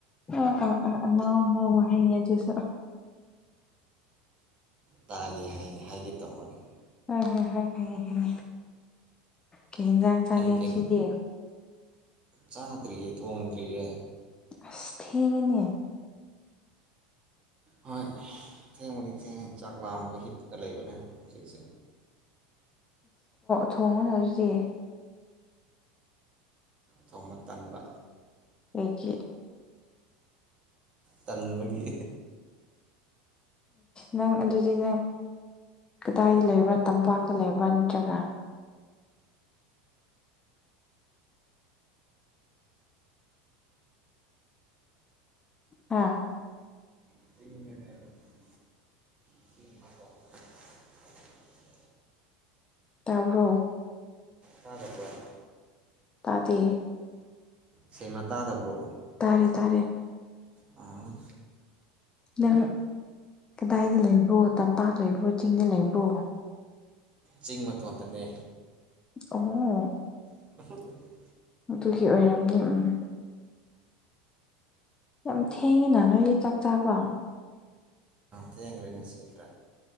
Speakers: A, on the left; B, on the right.
A: ꯑꯥ ꯑꯥ ꯑꯥ ꯃꯥ ꯋꯥꯍ ꯆꯁꯨ
B: ꯇꯥꯒꯦ ꯍꯥꯏꯒꯦ ꯇꯧꯕꯥꯅꯦ
A: ꯍꯣꯏ ꯍꯣꯏ ꯍꯣꯏ ꯈꯪꯉꯦ ꯈꯪꯉꯦ ꯀꯩꯌꯦꯟꯁꯥꯡ ꯆꯥꯡꯒꯦꯉꯁꯤꯗꯤ
B: ꯑꯩ ꯀꯩꯅꯣ ꯆꯥꯗ꯭ꯔꯤꯌꯦ ꯊꯣꯡꯗ꯭ꯔꯤꯌꯦ
A: ꯑꯁ ꯊꯦꯡꯉꯤꯅꯦ
B: ꯍꯣꯏ ꯊꯦꯡꯕꯨꯗꯤ ꯊꯦꯡꯉꯦ ꯆꯥꯛ ꯂꯥꯝꯃꯒ ꯍꯤꯞꯄꯒ ꯂꯩꯕꯅꯦ ꯍꯧꯖꯤꯛꯁꯦ
A: ꯊꯣꯡꯉꯣꯅꯔꯗꯤ
B: ꯊꯣꯡꯕ ꯇꯟꯕ
A: ꯑꯩꯒꯤ
B: ꯇꯟꯕꯒꯤ
A: ꯅꯪ ꯑꯗꯨꯗꯤ ꯅꯪ ꯀꯗꯥꯏꯗ ꯂꯩꯕ꯭ꯔꯥ ꯇꯝꯄꯥꯛꯇ ꯂꯩꯕ꯭ꯔꯥ ꯅꯠꯇ꯭ꯔꯒ ꯑꯥ
B: <inaudible> <unintelligible>
A: ꯇꯥꯕꯔꯣ
B: ꯇꯥꯗꯕꯔꯣ꯫
A: ꯇꯥꯗꯦ
B: ꯁꯦꯡꯅ ꯇꯥꯗꯕ꯭ꯔꯣ
A: ꯇꯥꯔꯦ ꯇꯥꯔꯦ
B: ꯎꯝ
A: ꯅꯪ ꯀꯗꯥꯏꯗ ꯂꯩꯕꯣ ꯇꯝꯄꯥꯛ ꯂꯩꯕꯣ ꯆꯤꯡꯗ ꯂꯩꯕꯣ
B: ꯆꯤꯡ ꯃꯇꯣꯟꯗꯅꯦ
A: ꯑꯣ
B: <unintelligible>
A: ꯑꯗꯨꯒꯤ ꯑꯣꯏꯔꯝꯅꯤ ꯎꯝ ꯌꯥꯝ ꯊꯦꯡꯉꯤꯅ ꯅꯣꯏꯗꯤ ꯆꯥꯛ ꯆꯥꯕ
B: ꯊꯦꯡꯒꯔꯦ ꯉꯪꯁꯤ ꯈ